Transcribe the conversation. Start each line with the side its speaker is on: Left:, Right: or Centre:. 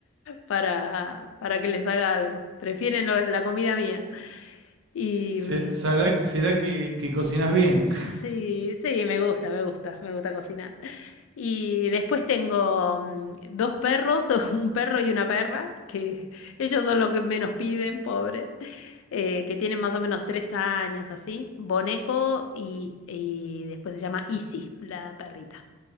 Left: para, para que les haga algo. Prefieren lo- la comida mía. Y
Right: Se-
Left: mm,
Right: ¿Sabrá- será que, que cocinas bien? <laughs>
Left: sí, sí, me gusta, me gusta, me gusta cocinar. Y después tengo mm, dos perros, <laughs> un perro y una perra, que <laughs> ellos son los que menos piden, pobre, eh, que tienen más o menos tres años así, Boneco y, y después se llama Izzy, la perrita.